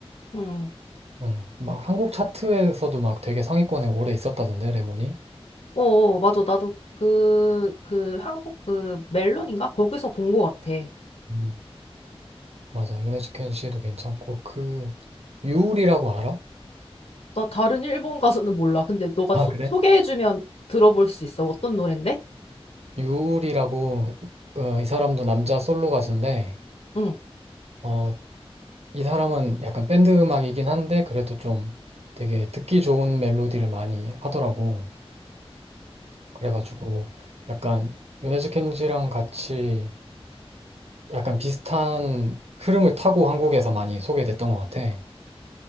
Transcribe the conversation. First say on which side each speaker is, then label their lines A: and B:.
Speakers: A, on the left; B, on the right.
A: 음.
B: 음, 막 한국 차트에서도 막 되게 상위권에 오래 있었다던데, 레몬이.
A: 어, 어, 맞아. 나도 그, 그 한국 그 멜론인가? 거기서 본 것 같아.
B: 음, 맞아. 유네즈켄 씨도 괜찮고 그 유울이라고 알아?
A: 나 다른 일본 가수는 몰라. 근데 너가
B: 아,
A: 소,
B: 그래?
A: 소개해주면 들어볼 수 있어. 어떤 노랜데?
B: 유울이라고 어, 이 사람도 남자 솔로 가수인데
A: 응.
B: 어, 이 사람은 약간 밴드 음악이긴 한데 그래도 좀 되게 듣기 좋은 멜로디를 많이 하더라고. 그래가지고 약간 요네즈 켄지랑 같이 약간 비슷한 흐름을 타고 한국에서 많이 소개됐던 것 같아.